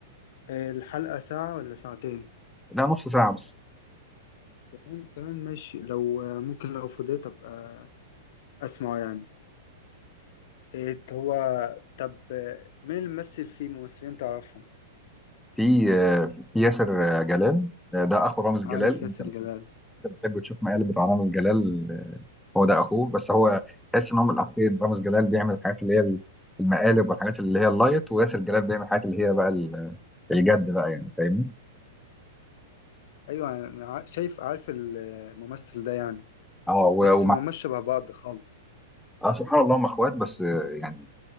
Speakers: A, on the left (about 60°); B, in the centre.
A: آه، الحلقة ساعة ولا ساعتين
B: لا نص ساعة بس
A: كمان تمام ماشي لو آه، ممكن لو فضيت أبقى أسمعه يعني إيه هو طب مين اللي ممثل فيه ممثلين تعرفهم
B: في آه، في ياسر آه، جلال آه، ده أخو رامز جلال
A: عارف ياسر
B: انت
A: جلال
B: بتحب تشوف مقالب رامز جلال هو ده اخوه بس هو تحس ان هم الاخين رامز جلال بيعمل الحاجات اللي هي المقالب والحاجات اللي هي اللايت وياسر جلال بيعمل الحاجات اللي هي بقى ال- الجد بقى يعني فاهمني
A: ايوه أنا ع- شايف عارف الممثل ده يعني
B: اه و-
A: بس
B: ومع
A: ما هماش شبه بعض خالص
B: اه سبحان الله هم اخوات بس آه، يعني